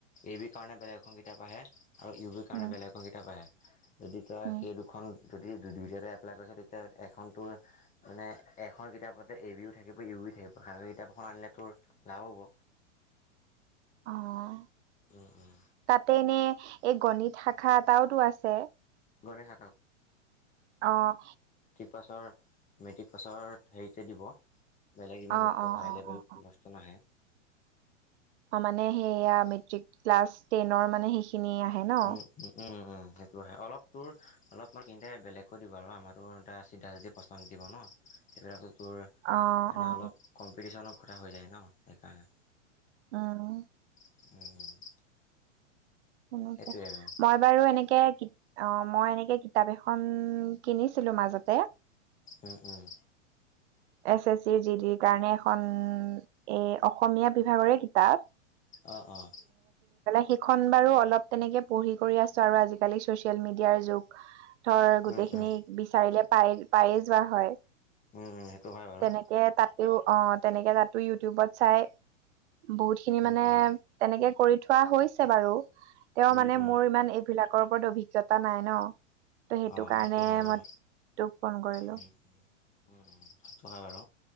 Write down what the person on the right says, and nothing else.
উম,
উম,
অহ,
তাতে এনে এই গণিত শাখা এটাওতো আছে।
অ',
অ',
অ',
অ',
অ',
অহ, মানে সেইয়া মেট্ৰিক ক্লাছ টেনৰ মানে সেইখিনি আহে ন',।
অ',
অ',
আ',
তেনেকে
মই বাৰু এনেকে অ' মই এনেকে কিতাপ এখন কিনিছিলো মাজতে
এছ এছ চিৰ জি ডিৰ কাৰণে এখন এই অসমীয়া বিভাগৰে কিতাপ
সিখন বাৰু অলপ তেনেকে পঢ়ি কৰি আছো আৰু আজিকালি চচিয়েল মিডিয়াৰ যুগ হয়, গোটেইখিনিক
বিচাৰিলে পাই পায়ে যোৱা হয়।
তেনেকে তাতো অ' তেনেকে তাতো ইউটিউবত চাই বহুত খিনি
মানে
তেনেকে কৰি থোৱা হৈছে বাৰু তেওঁ
মানে
মোৰ ইমান এইবিলাক <unintelligible> ওপৰত অভিজ্ঞতা নাই ন' ত' সেইটো
কাৰণে
মই তোক ফোন কৰিলো।